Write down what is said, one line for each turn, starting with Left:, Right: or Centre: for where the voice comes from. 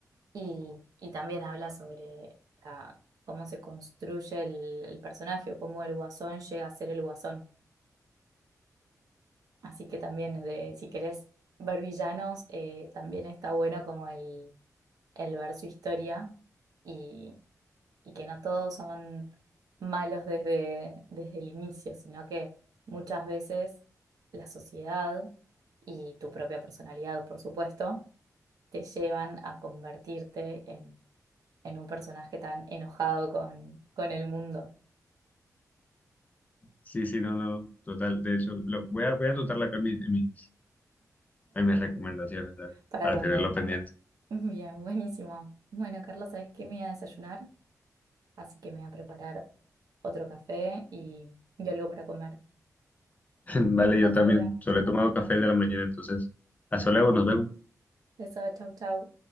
Right: Y, y también habla sobre la- cómo se construye el, el personaje o cómo el guasón llega a ser el guasón. Así que también, de, si querés ver villanos, eh, también está bueno como el, el ver su historia y y que no todos son malos desde, desde el inicio, sino que muchas veces la sociedad y tu propia personalidad, por supuesto, te llevan a convertirte en, en un personaje tan enojado con, con el mundo.
Left: Sí, sí, no, no, total. De hecho, lo, voy a, voy a anotarlo acá en mis, en mis, en mis recomendaciones, ¿sabes?
Right: Para
Left: Para
Right: cuando...
Left: tenerlo
Right: <laughs>
Left: pendiente.
Right: Bien, buenísimo. Bueno, Carlos, ¿sabes qué? Me voy a desayunar, así que me voy a preparar otro café y, y algo para comer.
Left: <laughs> Vale, yo
Right: Nos
Left: también.
Right: habla.
Left: Solo he tomado café de la mañana, entonces. Hasta luego, nos vemos.
Right: Eso, chau, chau.